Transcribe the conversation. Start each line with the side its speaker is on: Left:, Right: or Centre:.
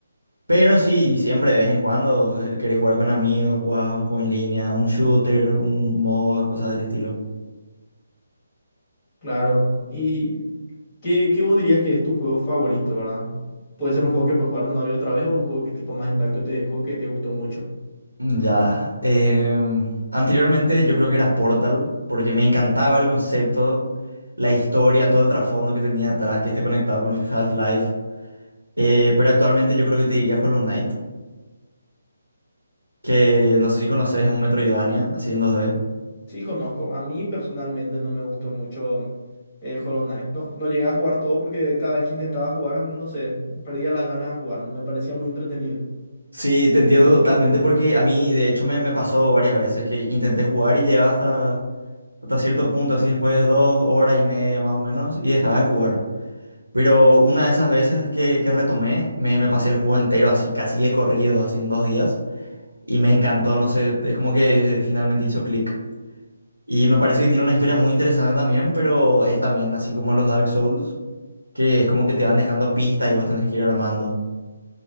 Right: Pero sí, siempre de vez en cuando eh, querés jugar con amigos, jugás a un juego en línea, un shooter, un MOBA, cosas del estilo.
Left: Claro. ¿Y qué, qué vos dirías que es tu juego favorito, ¿verdad? Puede ser un juego que puedes jugar una y otra vez o el juego que tipo más impacto te dejó, que te gustó mucho.
Right: Ya. em, anteriormente yo creo que era Portal, porque me encantaba el concepto, la historia, todo el trasfondo que tenía detrás, que esté conectado con Half-Life. Eh, pero actualmente yo creo que te diría Hollow Knight que no sé si conoces, es un Metroidvania, así en 2D.
Left: Sí, conozco. A mí personalmente no me gustó mucho eh, Hollow Knight. No, no llegué a jugar todo porque cada vez que intentaba jugar, no sé, perdía las ganas de jugar. No me parecía muy entretenido.
Right: Sí, te entiendo totalmente porque a mí, de hecho, me, me pasó varias veces que intenté jugar y llegaba hasta, hasta cierto punto, así después de dos horas y media más o menos, y dejaba de jugar. Pero una de esas veces que, que retomé, me, me pasé el juego entero, así casi de corrido, así en dos días, y me encantó, no sé, es como que finalmente hizo clic. Y me parece que tiene una historia muy interesante también, pero es también así como los Dark Souls, que es como que te van dejando pistas y vos tenés que ir armando.